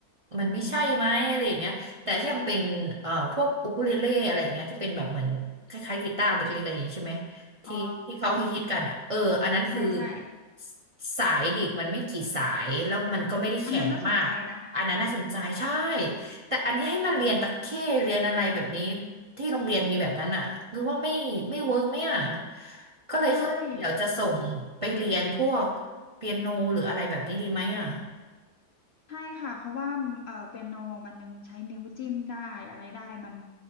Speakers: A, on the right (about 35°); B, on the left (about 60°).
A: มันไม่ใช่ไหมอะไรอย่างเงี้ยแต่ที่ยังเป็นเอ่อพวกอูคูเลเล่อะไรอย่างเงี้ยที่เป็นแบบเหมือนคล้ายๆกีตาร์เล็กๆอะไรอย่างงี้ใช่ไหมที่ที่เขาฮิตๆกันอ่ะเอออันนั้นคือ
B: อ๋อ ใช่ใช่
A: สสายดีดมันไม่กี่สาย แล้วมันก็ไม่ได้แข็งมากอันนั้นน่าสนใจใช่
B: อันนั้นน่าสนใจนะ
A: แต่อันนี้ให้มันเรียนตะเข้เรียนอะไรแบบนี้ที่โรงเรียนมีแบบนั้นอ่ะนึกว่าไม่ไม่เวิร์กไหมอ่ะก็เลยคิดว่าเดี๋ยวจะส่งไปเรียนพวก
B: ใช่
A: เปียโนหรืออะไรแบบนี้ดีไหมอ่ะ
B: ใช่ค่ะเพราะว่าเออเปียโนมันยังใช้นิ้วจิ้มได้อะไรได้มัน